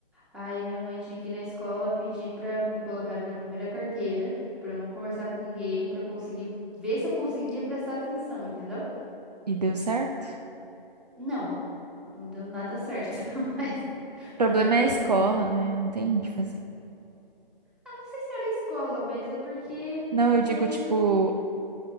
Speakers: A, in the centre; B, on the right (about 45°).
A: Aí minha mãe tinha que ir na escola pedir pra me colocarem na primeira carteira, pra eu não conversar com ninguém, pra conseguir ver se eu conseguia prestar atenção, entendeu?
B: E deu certo?
A: Não, não deu nada certo, <laughs> mas
B: O problema
A: fazer o quê,
B: é a escola,
A: né?
B: né? Não tem o que fazer.
A: Ah, não sei se era a escola, mas é porque,
B: Não,
A: tipo,
B: eu digo,
A: eu não.
B: tipo,